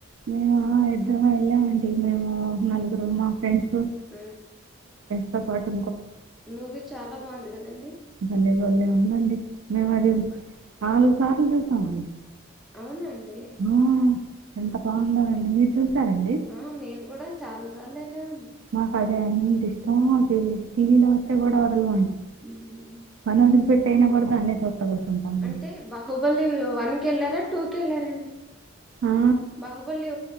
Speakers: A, on the right; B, in the centre.
A: మేము ఇద్దరము వెళ్ళామండి మేము నలుగురు మా ఫ్రెండ్స్
B: ఊ
A: తో పాటు
B: మూవీ చాలా బాగుంది కదండి
A: భలేె బలేె ఉందండి మేము మరి నాలుగు సార్లు చూసామండి
B: అవునా అండి
A: ఆ! ఎంత బాగుందొనండి మీరు చూసారండి?
B: ఆ మేము కూడా చాలా సార్లు వెళ్ళామండి
A: నాకు అదే అంత ఇష్టం టీ వీ లో వస్తే కూడా వదల అండి
B: మ్మ్.
A: పనీ వదులుపెట్టైనా దాన్నే చూస్తా కూర్చుంటామండి.
B: అంటే బాహుబలి వన్ కెళ్ళారా టూ కేళ్ళారాండి
A: ఆ!
B: బాహుబల్లి